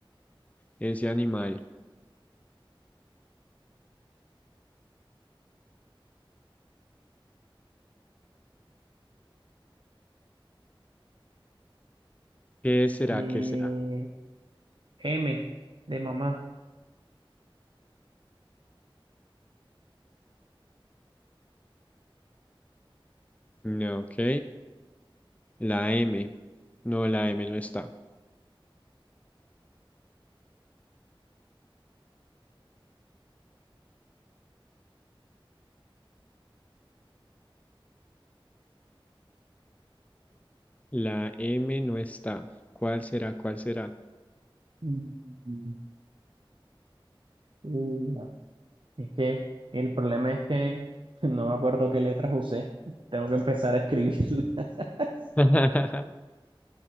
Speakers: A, on the left; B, on the right.
A: ese animal? ¿Qué será?
B: Eh,
A: ¿Qué será?
B: M de mamá.
A: No, ok. La M. No, la M no está. La M no está. ¿Cuál será? ¿Cuál será?
B: Mm, u. Es que el problema es que <laughs> no me acuerdo qué letras usé. Tengo que empezar a escribirlas. <laughs>
A: <laughs>